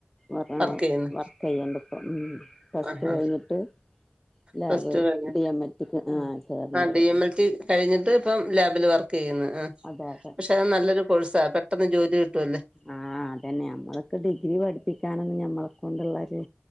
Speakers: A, in the centre; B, on the right.
A: ആഹാ
B: വർക്ക് ചെയ്യുന്നു
A: വർക്ക് ചെയ്യണ്ട്‌ ഇപ്പ ഉം ഉം പ്ലസ്
B: ആഹാ
A: ടു കഴിഞ്ഞിട്ട് ലാബ്
B: പ്ലസ് ടു കഴിഞ്ഞു
A: ഡി എം എൽ ക്ക് ആഹ് ചേർന്നത്
B: ആഹ്
A: ആയിരുന്നു
B: ഡി എം എൽ ടി കഴിഞ്ഞിട്ട് ഇപ്പം ലാബില് വർക്ക് ചെയ്യുന്നു ആഹ്
A: അതെ അതെ
B: പക്ഷെ നല്ലൊരു കോഴ്സാ പെട്ടെന്ന് ജോലി കിട്ടുല്ലേ
A: ആഹ് അതന്നെ ഞമ്മളെ ഒക്കെ ഡിഗ്രി പഠിപ്പിക്കാൻ നമ്മളെ കൊണ്ടുള്ള ഒരു